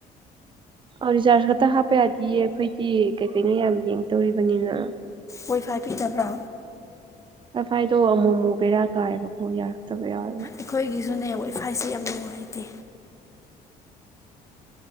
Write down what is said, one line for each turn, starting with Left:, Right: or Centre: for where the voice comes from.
Right: ꯑ ꯔꯤꯆꯥꯔꯖ ꯈꯛꯇ ꯍꯥꯞꯄ ꯌꯥꯗꯤꯌꯦ ꯑꯩꯈꯣꯏꯗꯤ ꯀꯩ ꯀꯩꯅꯣ ꯌꯥꯝ ꯌꯦꯡꯗꯧꯔꯤꯕꯅꯤꯅ
Left: ꯋꯥꯏꯐꯥꯏ ꯄꯤꯗꯕ꯭ꯔꯥ
Right: ꯑꯐꯥꯏꯗꯣ ꯑꯃꯨ ꯑꯃꯨꯕꯦꯔꯥ ꯀꯥꯏꯌꯦꯕꯀꯣ ꯌꯥꯔꯛꯇꯕ ꯌꯥꯎꯕ
Left: ꯑꯩꯈꯣꯏꯒꯤꯁꯨꯅꯦ ꯋꯥꯏꯐꯥꯏꯁꯤꯦ ꯌꯥꯝ ꯅꯨꯡꯉꯥꯏꯇꯦ